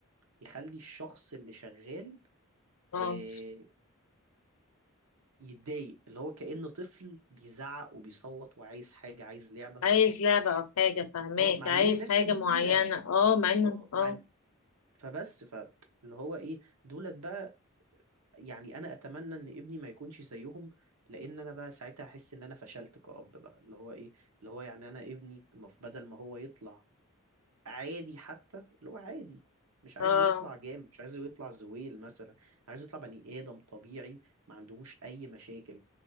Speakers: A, on the right; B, on the left.
A: يخلي الشخص اللي شغال
B: آه.
A: آه، يتضايق اللي هو كأنه طفل بيزعق وبيصوت وعايز حاجة عايز لعبة
B: عايز لعبة أو حاجة فهماك
A: اه مع
B: عايز
A: انهم ناس
B: حاجة
A: كبيرة
B: معينة اه مع انه
A: اه
B: اه
A: مع إن- فبس فاللي هو ايه دولت بقى يعني انا اتمنى ان ابني ما يكونش زيهم لان انا بقى ساعتها احس ان انا فشلت كأب بقى اللي هو ايه اللي هو يعني انا ابني المف بدل ما هو يطلع عادي حتى اللي هو عادي مش عايزه
B: اه
A: يطلع جامد مش عايزه يطلع زويل مثلا عايزه يطلع بني آدم طبيعي ما عندهوش اي مشاكل